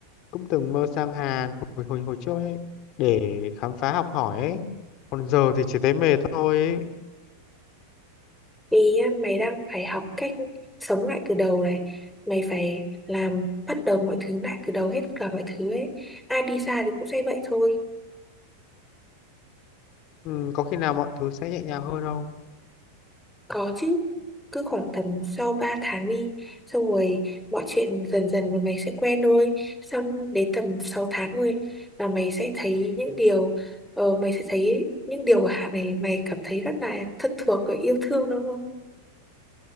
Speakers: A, on the left; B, in the centre.
A: cũng từng mơ sang Hàn hồi hồi hồi trước ấy để khám phá học hỏi ấy còn giờ thì chỉ thấy mệt thôi ấy.
B: Vì á, mày đang phải học cách sống lại từ đầu này Mày phải làm bắt đầu mọi thứ lại từ đầu hết cả mọi thứ ấy Ai đi xa thì cũng sẽ vậy thôi
A: Ừ, có khi nào mọi thứ sẽ nhẹ nhàng hơn không
B: Có chứ, cứ khoảng tầm sau 3 tháng đi, xong rồi mọi chuyện dần dần rồi mày sẽ quen thôi. Xong đến tầm 6 tháng thôi là mày sẽ thấy những điều, ờ, mày sẽ thấy những điều ở Hạ này mày cảm thấy rất là thân thuộc và yêu thương đúng không?